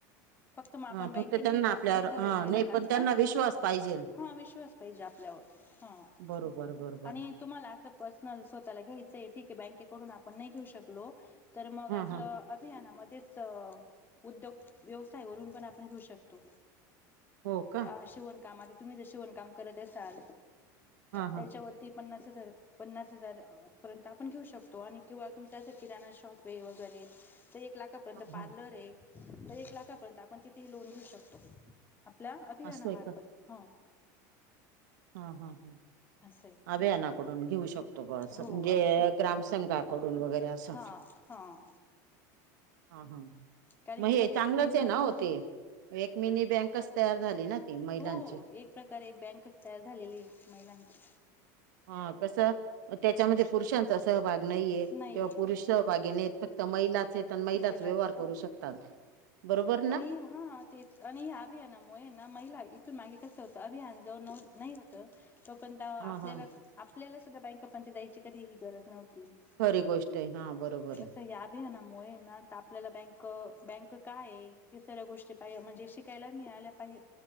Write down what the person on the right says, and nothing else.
हा
फक्त त्यांना
आपल्यावर
हा
नाही
पण त्यांना विश्वास पाहिजेल
बरोबर-बरोबर.
हा
हा
हो का
हा हा
हा
हा
असं आहे
हा-हा-हा.
अभियानाकडून घेऊ शकतो. ब असं,
म्हणजे ग्रामसंघाकडून वगैरे असं.
हा-हा,
म
हे
चांगलंचये
ना ओ ते. एक मिनी बँकच तयार झाली ना. ती महिलांची
हा कसं, त्याच्यामध्ये पुरुषांचा सहभाग नईये
किंवा पुरुष सहभागी नईत फक्त त मईलाच येत, मईलाच
व्यवहार करू शकतात. बरोबर ना.
हा
हा
खरी गोष्ट आहे हा बरोबर
आहे